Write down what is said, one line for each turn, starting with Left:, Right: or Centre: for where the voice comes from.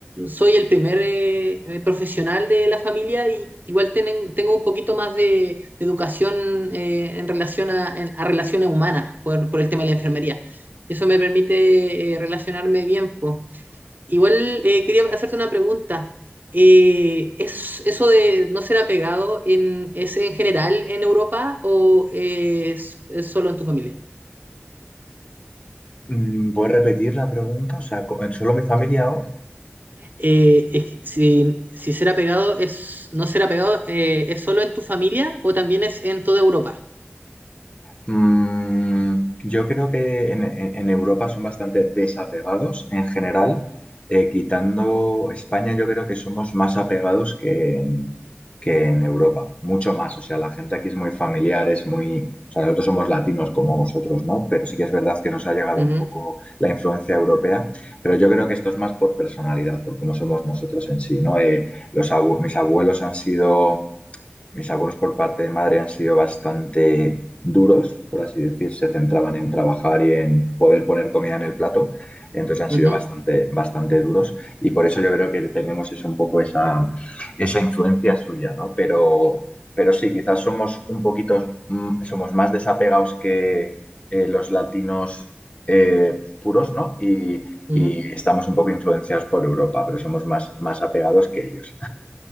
Right: soy el primer eh, eh, profesional de la familia y igual tienen, tengo un poquito más de, de educación eh, en relación a, en- a relaciones humanas por, por el tema de la enfermería. Eso me permite eh, relacionarme bien, po. Igual eh, quería hacerte una pregunta. Eh, ¿es, eso de no ser apegado en, es en general en Europa o eh, es es solo en tu familia?
Left: Mm, ¿Puedes repetir la pregunta? O sea, co- ¿solo mi familia o...?
Right: Eh, es- si, si será pegado, es, no será pegado, eh, ¿es solo en tu familia o también es en toda Europa?
Left: Mm, yo creo que en, en- en Europa son bastante desapegados en general. Eh, quitando España, yo creo que somos más apegados que en, que en Europa, mucho más. O sea, la gente aquí es muy familiar, es muy... O sea, nosotros somos latinos como vosotros, ¿no? Pero sí que es verdad que nos ha llegado
Right: Ujú,
Left: un poco la influencia europea, pero yo creo que esto es más por personalidad, por cómo somos nosotros en sí, ¿no? Eh, los abu- mis abuelos han sido mis abuelos por parte de madre han sido bastante duros, por así decir, se centraban en trabajar y en poder poner comida en el plato, entonces han
Right: ujú,
Left: sido bastante, bastante duros y por eso yo creo que tenemos es un poco esa, esa influencia suya, ¿no? Pero, pero sí, quizás somos un poquito, mm, somos más desapegados que eh, los latinos eh, puros, ¿no? Y,
Right: ujú,
Left: y estamos un poco influenciados por Europa, pero somos más, más apegados que ellos.